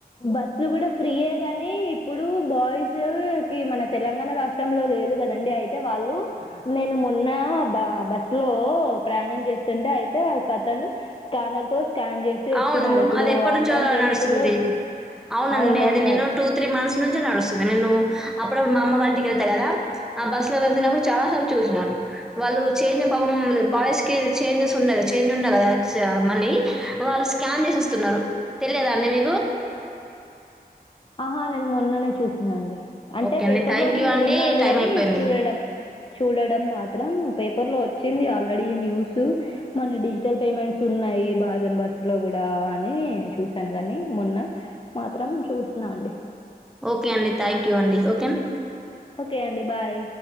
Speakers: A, on the left; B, in the centre.
A: బస్సు కూడా ఫ్రీయే గానీ ఇప్పుడు బాయ్స్ కి మన తెలంగాణ రాష్ట్రంలో లేదు కదండి అయితే వాళ్ళు నేను మొన్న బస్లో ఓ ప్రయాణం చేస్తుండే అయితే ఒకతను స్కానర్ తో స్కాన్ చేసి వేస్తున్నాడు
B: అవును.
A: ఇప్పుడు
B: అది ఎప్పటినుంచో
A: ఆన్లైన్ పేమెంట్
B: నడుస్తుంది.
A: కూడా వచ్చింది
B: అవునండి
A: అవునవును
B: అది నేను టూ త్రీ మంత్స్ నుంచి నడుస్తుంది నేను అప్పుడప్పుడు మాఅమ్మ వాళ్ళ ఇంటికి వెళ్తా కదా ఆ బస్లో వెళ్తున్నప్పుడు చాలాసార్లు చూ శాను వాళ్ళు చేంజ్ పాపం బాయ్స్‌కి చేంజెస్ ఉండేకద చేంజ్ ఉండ కదా మనీ వాళ్ళు స్కాన్ చేసిస్తున్నారు తెలియదా అండి మీకు
A: ఆహా నేను మొన్ననే చూసినా అండి అంటే
B: ఓకే
A: పేపర్లో
B: అండి. థాంక్
A: వచ్చింది
B: యూ అండి.
A: విన్నాను
B: టైం
A: గాని
B: అయిపోయింది.
A: చూడడం చూడడం మాత్రం పేపర్లో వచ్చింది ఆల్రెడీ ఈన్యూసు మన డిజిటల్ పేమెంట్స్ ఉన్నాయి బాజం బస్లో కూ డా అని చూశాను కానీ మొన్న మాత్రం చూసిన అండి
B: ఓకే అండి థ్యాంక్ యూ అండి ఓకేనా
A: కే అండి బాయ్